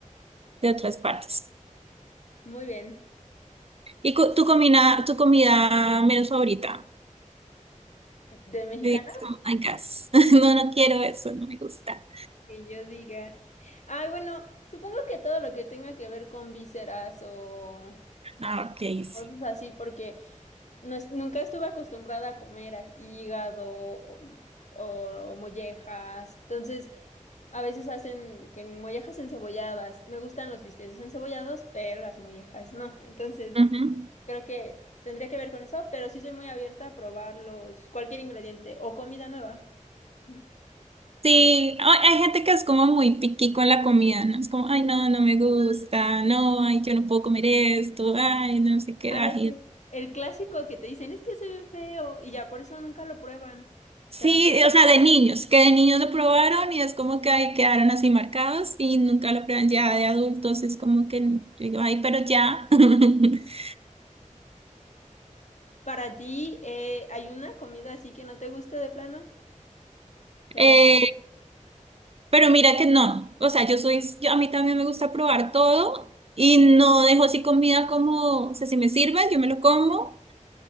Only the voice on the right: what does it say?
de otras partes.
¿Y cu- tu comida, tu comida menos favorita?
Yo digo, "Oh my <laughs> No, no quiero eso, no me gusta.
Ah, ok, sí.
Ujú.
Sí, hay hay gente que es como muy picky con la comida, ¿no? Es como, ay, no, no me gusta, no, ay, yo no puedo comer esto, ay, no sé qué,
ay.
Sí,
o sea, de niños, que de niños lo probaron y es como que ahí quedaron así marcados y nunca lo prueban ya de adultos, es como que yo digo, ay, pero ya. <laughs>
Eh,
pero mira que no, o sea, yo soy, yo, a mí también me gusta probar todo y no dejo así comida como, o sea, si me sirve, yo me lo como,